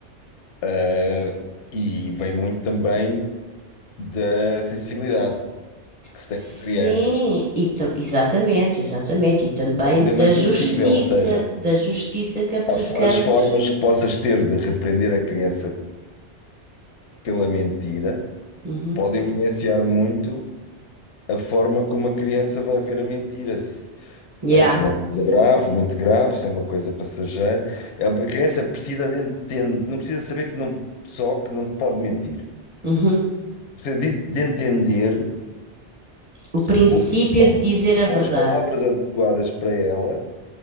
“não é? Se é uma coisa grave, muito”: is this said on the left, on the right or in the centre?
Left